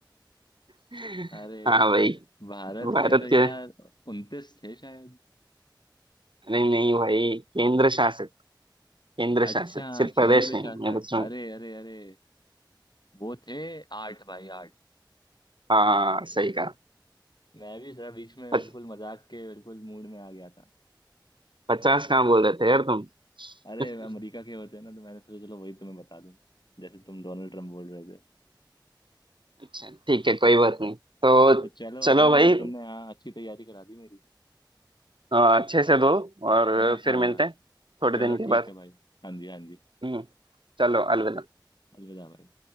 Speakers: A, on the right (about 80°); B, on the left (about 60°).
A: <laughs>
B: अरे
A: हाँ भाई
B: भारत
A: भारत
B: के तो यार
A: के
B: उनतीस थे शायद
A: नहीं नहीं भाई केंद्र शासित केंद्र
B: अच्छा
A: शासित सिर्फ प्रदेश
B: केंद्र
A: नहीं
B: शासक
A: मैं पूछ रहा हूँ
B: अरे अरे अरे वो थे आठ भाई आठ
A: हाँ सही कहा
B: मैं भी जरा बीच में
A: पच,
B: बिल्कुल मजाक के बिल्कुल मूड में आ गया था
A: पचास कहाँ बोल रहे थे यार तुम
B: अरे
A: <laughs>
B: अमेरिका के होते हैं ना तो मैंने सोचा चलो वही तुम्हें बता दूं जैसे तुम डोनाल्ड ट्रम्प बोल रहे
A: अच्छा ठीक है कोई बात नहीं तो
B: तो चलो
A: चलो
B: हाँ
A: भाई
B: यार तुमने हाँ अच्छी तैयारी करा दी मेरी
A: अ, अच्छे से दो और
B: है ना
A: फिर
B: हाँ
A: मिलते हैं थोड़े
B: चलो
A: दिन के
B: ठीक
A: बाद
B: है भाई हाँ जी हाँ जी
A: हम्म चलो अलविदा
B: अलविदा भाई